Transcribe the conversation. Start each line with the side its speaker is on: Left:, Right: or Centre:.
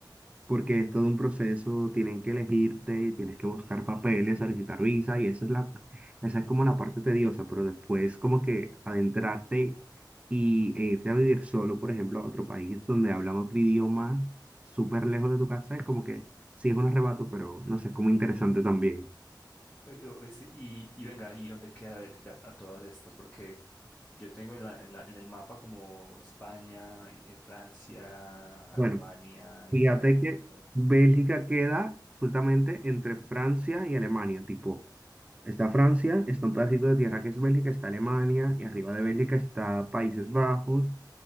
Right: porque es todo un proceso, tienen que elegirte, tienes que buscar papeles, solicitar visa y esa es la, esa es como la parte tediosa, pero después como que adentrarte y e irte a vivir solo, por ejemplo, a otro país donde hablan otro idioma súper lejos de tu casa, es como que sí es un arrebato, pero no sé, es como interesante también.
Left: Eh, eh, oíste, Y, y venga, ¿y dónde queda Bélgica a todas estas? Porque yo tengo en la, en la- en el mapa como España, y- eh, Francia, Alemania,
Right: Bueno, fíjate
Left: Italia,
Right: que
Left: pero...
Right: Bélgica queda justamente entre Francia y Alemania, tipo Está Francia, está un pedacito de tierra que es Bélgica, está Alemania, y arriba de Bélgica está Países Bajos,